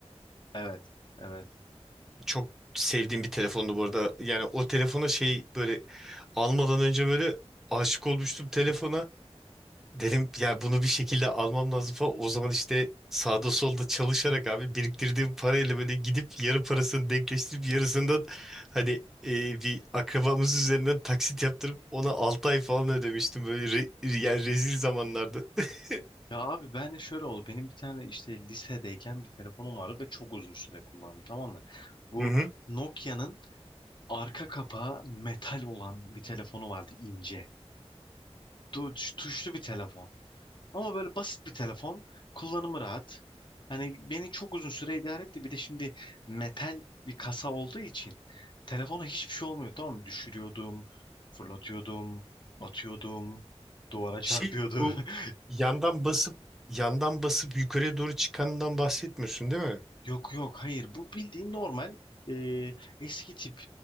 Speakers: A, on the left; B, in the centre.
A: Evet, evet.
B: Çok sevdiğim bir telefondu bu arada. Yani o telefona şey böyle almadan önce böyle aşık olmuştum telefona. Dedim ya bunu bir şekilde almam lazım falan. O zaman işte sağda solda çalışarak abi biriktirdiğim parayla böyle gidip yarı parasını denkleştirip yarısından hani e, bir akrabamız üzerinden taksit yaptırıp ona 6 ay falan ödemiştim böyle re- yani rezil zamanlardı. <laughs>
A: Ya abi ben de şöyle oldu. Benim bir tane işte lisedeyken bir telefonum vardı ve çok uzun süre kullandım tamam mı? Bu
B: Hı hı.
A: Nokia'nın arka kapağı metal olan bir telefonu vardı ince. Tu- Tuşlu bir telefon. Ama böyle basit bir telefon. Kullanımı rahat. Hani beni çok uzun süre idare etti. Bir de şimdi metal bir kasa olduğu için telefona hiçbir şey olmuyor. Tamam mı? Düşürüyordum, fırlatıyordum, atıyordum, duvara çarpıyordu.
B: Şey bu
A: <laughs>
B: yandan basıp yandan basıp yukarıya doğru çıkandan bahsetmiyorsun değil mi?
A: Yok yok hayır bu bildiğin normal e, eski tip